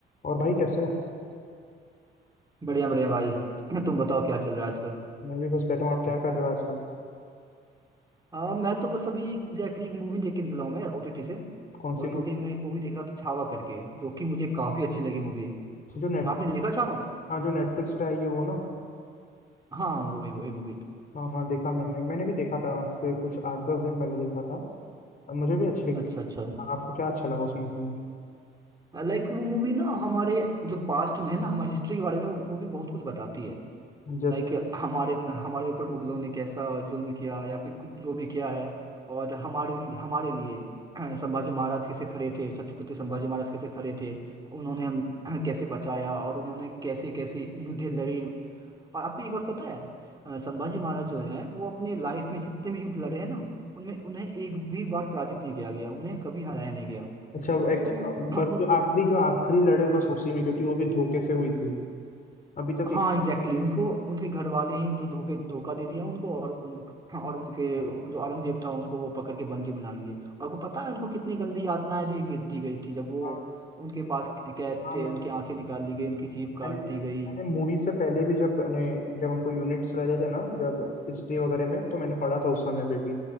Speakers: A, on the left (about 45°); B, on the right (about 20°).
A: और भाई कैसे हो
B: बढ़िया बढ़िया भाई <clears throat> तुम बताओ क्या चल रहा है आजकल
A: मैं भी बस बैठा हूँ आप क्या कर रहे हो आजकल
B: आ, मैं तो बस अभी एग्जैक्टली एक मूवी देख के निकला हूँ मैं ओटीटी से
A: कौन सी
B: ओटीटी
A: मूवी
B: में एक मूवी देख रहा था छावा करके जो कि मुझे काफी अच्छी लगी मूवी
A: तो जो नेटफ्लिक्स
B: आपने देखा छावा
A: हाँ जो नेटफ्लिक्स पे आई है वो ना
B: हाँ वही वही मूवी
A: हाँ हाँ देखा मैंने मैंने भी देखा था आज से कुछ आठ दस दिन पहले देखा था और मुझे भी अच्छी लगी थी
B: अच्छा अच्छा
A: हाँ, आपको क्या अच्छा लगा उस मूवी में
B: लाइक वो मूवी ना हमारे जो पास्ट में है ना हमारी हिस्ट्री के बारे में मूवी बहुत कुछ बताती है
A: जस्ट
B: लाइक हमारे हमारे ऊपर मुगलों ने कैसा जुल्म किया या फिर कुछ जो भी किया है और हमारे हमारे लिए <clears throat> संभाजी महाराज कैसे खड़े थे छत्रपति संभाजी महाराज कैसे खड़े थे उन्होंने हम <clears throat> कैसे बचाया और उन्होंने कैसे कैसे युद्ध लड़ी और आपको एक बात पता है अ, संभाजी महाराज जो है वो अपने लाइफ में जितने भी युद्ध लड़े हैं ना उनमें उन्हें एक भी बार पराजित नहीं किया गया उन्हें कभी हराया नहीं गया
A: अच्छा वो एक
B: तो
A: बस जो आखिरी
B: <clears throat>
A: जो आखिरी लड़े बस उसी में क्योंकि वो भी धोखे से हुई थी अभी तक
B: हाँ
A: एक
B: एग्जैक्टली exactly. उनको उनके घर वाले ही धो धोखे धोखा दे दिया उनको और उन और उनके जो औरंगजेब था उनको वो पकड़ के बंदी बना लिए और को पता है उनको कितनी गंदी यातनाएं दी गई- दी गई थी जब वो
A: हाँ
B: उनके पास कैद
A: हाँ
B: थे
A: मैं
B: उनकी आंखें निकाल ली गई उनकी जीभ काट
A: मैंने
B: दी गई
A: मैंने मूवी से पहले भी जब मैंने जब हमको यूनिट्स रहते थे ना जब हिस्ट्री वगैरह में तो मैंने पढ़ा था उस समय पे भी